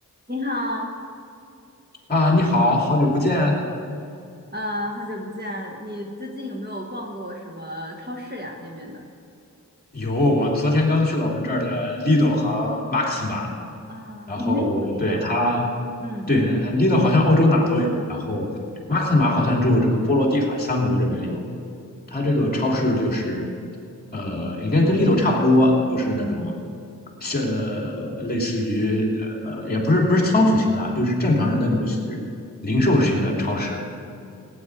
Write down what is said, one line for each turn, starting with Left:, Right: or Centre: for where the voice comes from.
Right: 你好，
Left: 啊，你好，好久不见啊
Right: 呃，好久不见，你最近有没有逛过什么超市呀？那边的
Left: 有，我昨天刚去了我们这儿的 l i d o 和 Maxima，
Right: 啊，
Left: 然后对它，
Right: 你没有 Lidl，嗯，
Left: 对 l i d o 好像欧洲哪儿都有，然后 Maxima 好像只有这个波罗的海三国这边有。它这个超市就是，呃，应该跟 l i d o 差不多，都是那种，像类似于呃，也不是不是仓储型的啊，就是正常那种零售型的超市。